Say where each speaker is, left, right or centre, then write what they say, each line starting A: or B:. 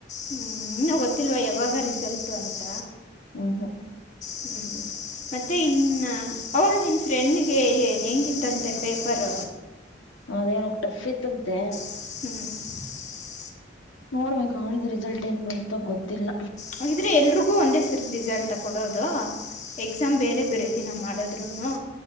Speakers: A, on the left; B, on the left.
A: ಹ್ಮ್ ಇನ್ನ ಗೊತ್ತಿಲ್ವಾ ಯಾವ ಯಾವಗ ರಿಸಲ್ಟ್ ಅಂತ
B: ಹ್ಮ ಹಾ <unintelligible>
A: ಹ್ಮ್ ಮತ್ತೆ ಇನ್ನ ಅವಳ ನಿನ್ ಫ್ರೆಂಡ್ಗೆ ಹೆಂಗಿತ್ತಂತೆ ಪೇಪರ್
B: ಅದ್ ಹೇಳಕ್ ಟಫ್ ಇತ್ತಂತೆ
A: ಹ್ಮ್
B: ನೋಡ್ಬೇಕಕ್ ಅವಳಿಗೆ ರಿಸಲ್ಟ್ ಏನ್ ಬರುತ್ತೋ ಗೊತ್ತಿಲ್ಲ
A: ಹಾಗಿದ್ರೆ ಎಲ್ರಿಗೂ ಒಂದೇ ಸರ ರಿಸಲ್ಟ್ ಕೊಡೋದು ಎಕ್ಸಾಮ್ ಬೇರೆ ಬೇರೆ ದಿನ ಮಾಡದ್ರುನು